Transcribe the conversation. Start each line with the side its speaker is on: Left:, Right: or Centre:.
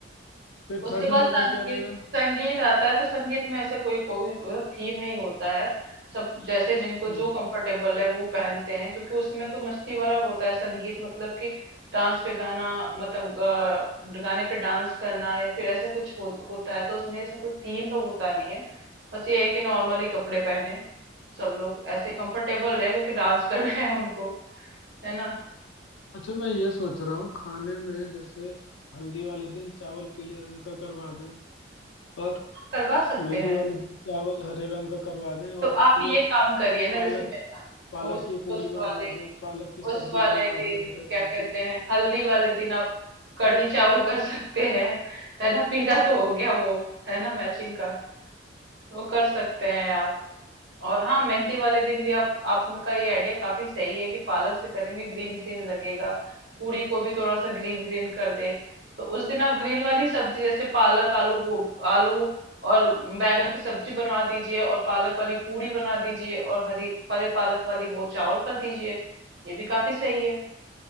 Left: फिर
Right: उसके
Left: थर्ड नंबर
Right: बाद संगीत
Left: पे क्या रहेगा
Right: संगीत आता है तो संगीत में ऐसे कोई कोई थीम नहीं होता है सब जैसे जिनको
Left: हम्म
Right: जो कंफर्टेबल है वो पहनते हैं क्योंकि उसमें तो मस्ती वाला होता है संगीत मतलब कि डांस पे गाना मतलब गा, गाने पे डांस करना या फिर ऐसे कुछ हो, होता है तो उसमें ऐसा कोई थीम तो होता नहीं है बस ये है कि नॉर्मली कपड़े पहने सब लोग ऐसे कंफर्टेबल है क्योंकि डांस <laughs> करना है उनको है ना
Left: अच्छा मैं ये सोच रहा हूँ खाने में जैसे हल्दी वाले दिन चावल पीले रंग का करवा दें और
Right: करवा सकते
Left: मेहंदी
Right: हैं
Left: वाले दिन चावल हरे रंग का करवा दें
Right: तो
Left: और
Right: आप
Left: ये
Right: ये काम करिए ना
Left: पालक
Right: जैसे मैं
Left: पालक
Right: उस
Left: की पूड़ी
Right: उस
Left: बनवा
Right: वाले
Left: दें पालक की सब्जी
Right: उस वाले
Left: बनवा
Right: दिन
Left: दें हरे रंग
Right: क्या कहते
Left: की
Right: हैं हल्दी वाले दिन आप कढ़ी चावल कर सकते हैं है ना पीला तो हो गया वो है ना मैचिंग का वो कर सकते हैं आप और हाँ मेहंदी वाले दिन भी आप आपका ये आइडिया काफी सही है कि पालक से करेंगे ग्रीन ग्रीन लगेगा पूरी को भी थोड़ा सा ग्रीन ग्रीन कर दे तो उस दिन आप ग्रीन वाली सब्जी जैसे पालक आलू गो आलू और बैगन की सब्जी बनवा दीजिए और पालक वाली पूरी बना दीजिए और हरी परे पालक वाली वो चावल कर दीजिए ये भी काफी सही है